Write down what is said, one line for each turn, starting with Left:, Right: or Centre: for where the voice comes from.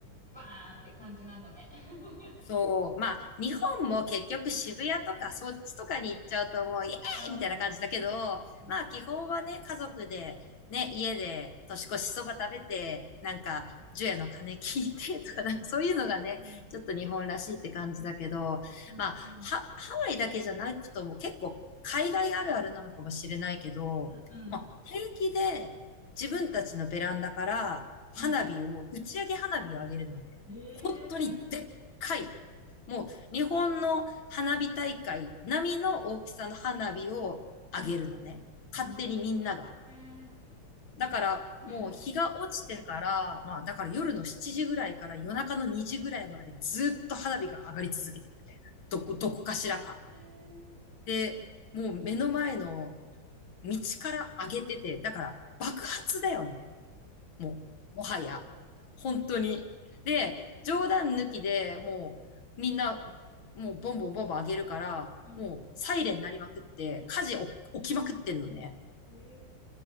Centre: バーンって感じなんだね。<laughs>
Left: そう。まあ、日本も結局渋谷とかそっちとかに行っちゃうともうイエーイみたいな感じだけど、
Centre: 似たあー
Left: まあ基本はね、家族で、ね、家で年越しそば食べて、なんか、除夜の鐘聞いてとか、なんかそういうのがね、
Centre: うん、
Left: ちょっと日本らしいって感じだけど、
Centre: うん、
Left: まあ、
Centre: うん、
Left: ハ、ハワイだけじゃなくとも結構海外あるあるなのかもしれないけど、
Centre: うん、
Left: まあ、
Centre: うん。
Left: 平気で自分たちのベランダから花火を、
Centre: うん
Left: 打ち上げ花火を上げるのね。
Centre: え
Left: 本当にでっ回、もう日本の花火大会並みの大きさの花火をあげるのね。
Centre: ー
Left: 勝手にみんなが。
Centre: ええー、やば。
Left: だからもう日が落ちてから、
Centre: <laughs>
Left: まあだから夜の7時ぐらいから夜中の2時ぐらいまでずっと花火が上がり続けてるみたいな。
Centre: ええー、
Left: どこ、どこかしらか。で、もう目の前の道から上げてて、だから爆発だよね。もう、もはや。本当に。で、冗談抜きでもう、みんな、もうボンボンボンボン上げるから、
Centre: うん、
Left: もう、サイレン鳴りまくって、火事お起きまくってんのね。
Centre: ええー、